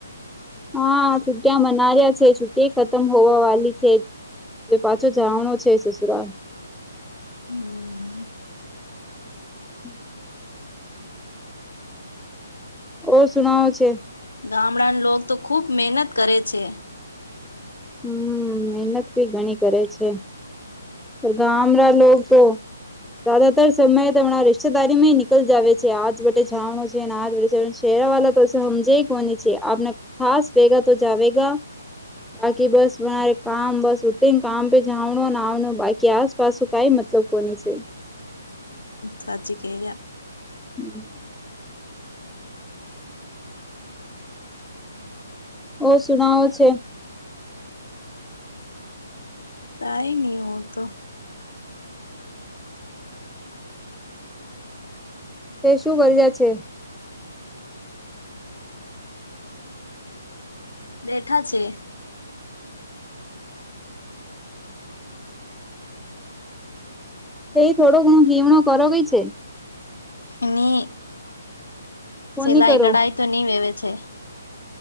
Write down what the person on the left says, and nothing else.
હમ
ગામડાના લોગ તો ખુબ મહેનત કરે છે.
ખાજી ક રહ્યા.
કઈ નહી હું તો.
બેઠા છે.
એની
સિલાઈ
કઢાઈ તો ની વેવે છે.